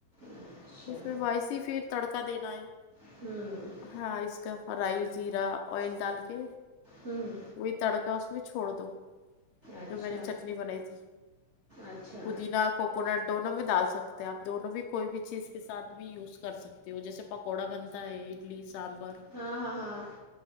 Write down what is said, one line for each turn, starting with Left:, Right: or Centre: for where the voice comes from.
Right: اچھا
Left: اس میں وائس اس پھر تڑکا دینا ہے
Right: ہوں
Left: ہاں اس کا فرائی زیرا آئل ڈال کے
Right: ہوں
Left: وہی تڑکا اس میں چھوڑ دو
Right: اچھا
Left: جو میں نے چٹنی بنائی تھی
Right: اچھا
Left: پودینہ کوکونٹ دونوں میں ڈال سکتے آپ دونوں بھی کوئی بھی چیز کے ساتھ بھی یوز کر سکتے ہو جیسے پکوڑا بنتا ہے اڈلی سانبر
Right: ہاں ہاں ہاں